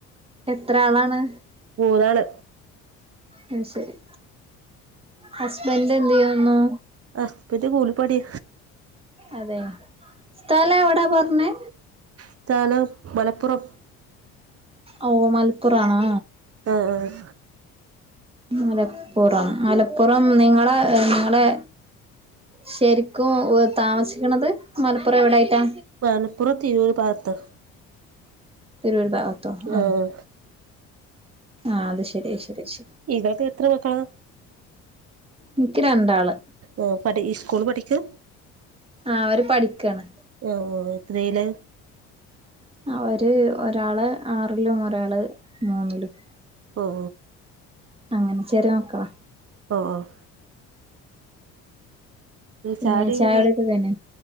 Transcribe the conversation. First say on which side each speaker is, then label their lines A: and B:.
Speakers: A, on the right (about 15°); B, on the right (about 45°).
A: എത്ര ആളാണ്
B: മൂന്നാള്
A: അത് ശരി ഹസ്ബൻഡ് എന്ത്യ്യുന്നു
B: ഹസ്ബറ്റ്കൂലിപ്പണി
A: അതെ സ്ഥലം എവിടാ പറഞ്ഞേ
B: സ്ലതാനം മലപ്പുറം
A: ഔ മലപ്പുറാണോ
B: അ ആഹ്
A: മലപ്പുറം മലപ്പുറം നിങ്ങളെ എ നിങ്ങളെ ശരിക്കും ഉ താമസിക്കണത് മലപ്പുറം എവിടൊയിട്ടാ?
B: മലപ്പുറം തിരൂര് ഭാകത്ത്
A: തിരർ ഭാഗത്തോ ആ
B: ആഹ്
A: ആ അത് ശരി ശരി ശരി
B: ഇവൾക്ക് എത്ര മക്കള?
A: ക്ക് രണ്ടാള്
B: ഓ പഠി സ്കൂൾ പഠിക്ക?
A: ആഹ് അവര് പഠിക്കാണ്
B: ഓ ഓ എത്രീല്?
A: അവര് ഒരാള് ആറിലും ഒരാള് മൂന്നിലും
B: ഓഹോ
A: അങ്ങനെ ചെറിയ മക്കളാ
B: ഓഹ് ഓഹ് ഓഹ്
A: പിന്നെ
B: ചായുടിയൊക്കെ
A: ചായടൊക്കെ കഴിഞ്ഞോ?